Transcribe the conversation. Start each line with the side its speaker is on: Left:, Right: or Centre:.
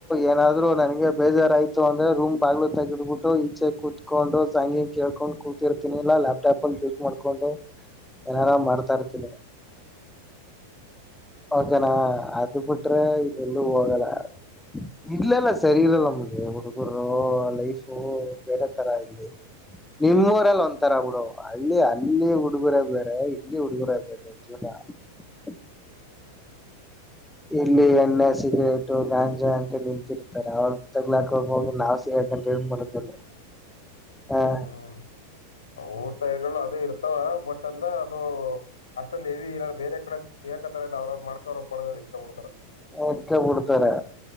Centre: ಏನಾದ್ರು ನನ್ಗೆ ಬೇಜಾರಾಯ್ತು ಅಂದ್ರೆ ರೂಮ್ ಬಾಗ್ಲು ತೆೆಗೆದ್ಬಿಟ್ಟು ಈಚೆ ಕೂತ್ ಕತ್ಕೊಂಡು ಸಂಂಗಿ ಕೇಳ್ಕೊಂಡು ಕೂತಿರ್ತಿನನಿಿಲ್ಲಾ ಲ್ಯಾಪ್ಟಾಪ್ ಅಲ್ಲಿ ಯೂಸ್ ಮಾಡ್ಕೊಂಡು ಏನಾದ್ರುವೆ ಮಾಡ್ತಾ ಇರ್ತೀನಿ ಅದು ಬಿಟ್ರೆ ಇದೆಲ್ಲೂ ಹೋಗಲ್ಲ ಇಲಲ್ಲ ಸರಿ ಇಲ್ಲಲ್ಲ ನಮಲ್ಲಿ ಹುಡುಗರು ಲೈಫು ಬೇರೆ ತರ ಇಲ್ಲಿ ನಿಮ್ಮೂರಲ್ಲಿ ಒಂಥರ ಬಿಡು ಹಳ್ಳಿ ಅಲ್ಲಿ ಹುಡುಗುರ ಬೇರೆ ಇಲ್ಲಿ ಹುಡುಗರ ಬೇರೆ ಜೀವನ ಹ <unintelligible> ಇಲ್ಲಿ ಎಣ್ಣೆ ಸಿಗರೇಟು ಗಾಂಜಾ ಅಂತ ನಿಂತಿರ್ತಾರೆ ಅವ ತಗ್ಲಾಕೋಗ ಹೋಗಿ ನಾವವು ಸಿಕಂತ ಇ ಮಾಡದಲ್ ಹ
Left: ಹ್ಮ್ ಊರ್ ಸೈಡ್ಗಳು ಅದು ಇರ್ತವ ಬಟ್ ಅಂದ್ರ ಅದು ಅಷ್ಟೊಂದು ನವಿ ಇರ ಬೇರೆ ಕಡೆ ಸಿೇಕತಾರಲ್ಲ ಅವ್ರವ್ ಮಾಡಕ ಅವ್ರ ಪಡ ಇಕ ಬಿಡ್ತಾರ
Centre: ಇಡ್ಕ ಬಿಡ್ತಾರೆ